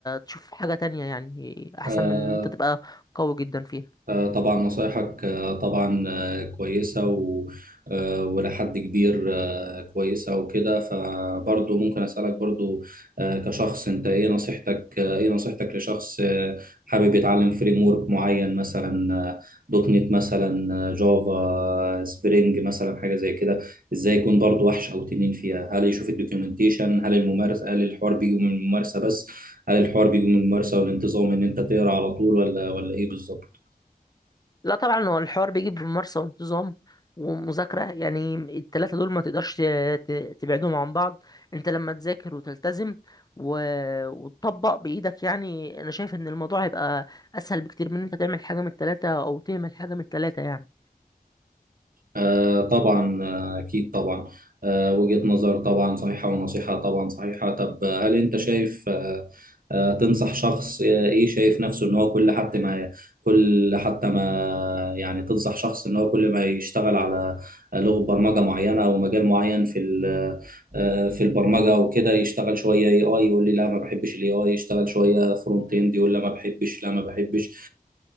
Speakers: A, on the left; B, on the right.
A: تشوف حاجة تانية يعني احسن
B: عايزها
A: من ان انت تبقى قوي جدا فيها
B: آه، طبعا نصايحك آه، طبعا آه، كويسة و... آه، وإلى حد كبير آه، كويسة وكده فبرضه ممكن أسألك برضه آه، كشخص أنت إيه نصيحتك آه، إيه نصيحتك لشخص آه، حابب يتعلم فريم ورك معين مثلا آه، دوت نت مثلا آه، جافا آه، سبرينج مثلا حاجة زي كده إزاي يكون برضه وحش أو تنين فيها هل يشوف الدوكيومنتيشن هل الممارسة هل الحوار بيجي من الممارسة بس هل الحوار بيجي من الممارسة والانتظام إن أنت تقرأ على طول ولا ولا إيه بالظبط؟
A: لا طبعا هو الحوار بيجي بممارسة وانتظام ومذاكرة يعني التلاتة دول ما تقدرش ت- تبعدهم عن بعض انت لما تذاكر وتلتزم و... وتطبق بإيدك يعني انا شايف ان الموضوع هيبقى اسهل بكتير من ان انت تعمل حاجة من التلاتة او تهمل حاجة من التلاتة يعني
B: آه طبعا آه، أكيد طبعا آه وجهة نظر طبعا صحيحة ونصيحة طبعا صحيحة طب آه، هل أنت شايف آه آه تنصح شخص آه، إيه شايف نفسه إن هو كل حتى ما كل حتى ما يعني تنصح شخص إن هو كل ما يشتغل على لغة برمجة معينة أو مجال معين في ال- آه في البرمجة وكده يشتغل شوية اي اي يقول لي لا ما بحبش الاي اي يشتغل شوية فرونت اند يقول لا ما بحبش لا ما بحبش